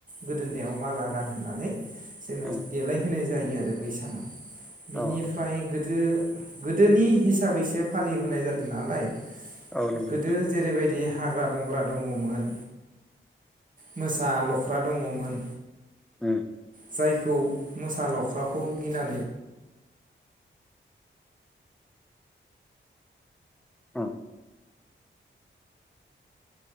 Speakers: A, on the right; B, in the centre.
A: गोदोनायाव माला गानहोनानै जोङोस
B: उम
A: देलाय होनाय जायो। आरो बै सानाव बिनिफ्राय
B: औ नंगौ
A: गोदो गोदोनि हिसाबैसो फालिबोनाय जादों नालाय
B: औ नंगौ
A: गोदो जेरैबायदि हाग्रा बंग्रा दं ङमोन मोसा लख्रा दङमोन।
B: उम
A: जायखौ मोसा लख्राखौ गिनानै
B: औ